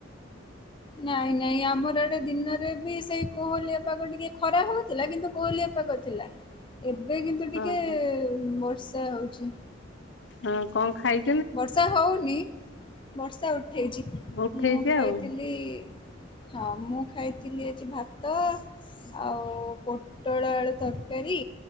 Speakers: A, on the left; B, on the left.
A: ନାଇଁ ନାଇଁ ଆମର ସେ ଦିନରେ ବି ସେଇ କୋହଲିଆ ପାଗ ଟିକେ ଖରା ହଉଥିଲା କିନ୍ତୁ କୋହଲିଆ ପାଗ ଥିଲା। ଏବେ କିନ୍ତୁ ଟିକେ
B: ଓହୋ
A: ବର୍ଷା ହଉଛି।
B: ହଁ କଣ ଖାଇ
A: ବର୍ଷା ହଉନି ବର୍ଷା ଉଠେଇଛି
B: ଉଠେଇଛି
A: ମୁଁ ଖାଇଥିଲି
B: ଆଉ।
A: ହଁ ମୁଁ ଖାଇଥିଲି ଆଜି ଭାତ ଆଉ ପୋଟଳ ଆଳୁ ତରକାରୀ